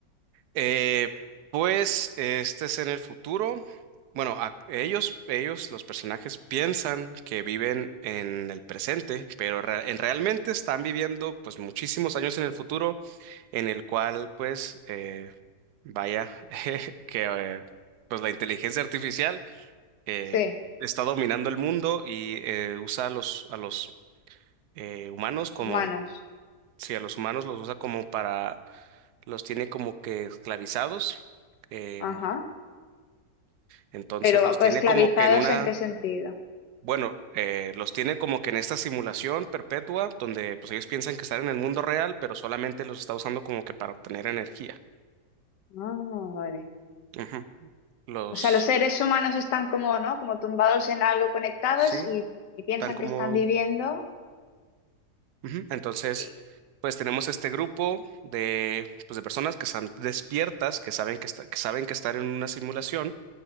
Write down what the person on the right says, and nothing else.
Eh, pues este es en el futuro. Bueno, a- ellos, ellos, los personajes, piensan que viven en el presente, pero rea- en- realmente están viviendo pues muchísimos años en el futuro, en el cual pues eh, vaya <laughs> que eh, pues la inteligencia artificial eh,
está dominando el mundo y eh, usa a los, a los eh, humanos como
Sí, a los humanos los usa como para, los tiene como que esclavizados, eh,
entonces
los tiene
como que en una,
bueno, eh, los tiene como que en esta simulación perpetua donde pues ellos piensan que están en el mundo real, pero solamente los está usando como que para obtener energía.
Ujú. Los,
sí,
tan como,
ujú. Entonces,
pues tenemos este grupo de, pues, de personas que están despiertas, que saben que, está- que saben que están en una simulación